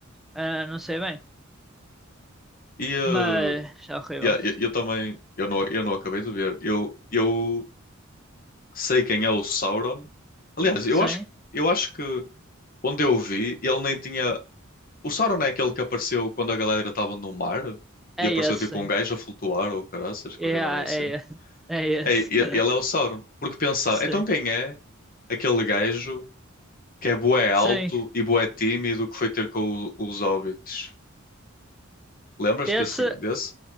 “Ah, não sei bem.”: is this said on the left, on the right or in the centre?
Centre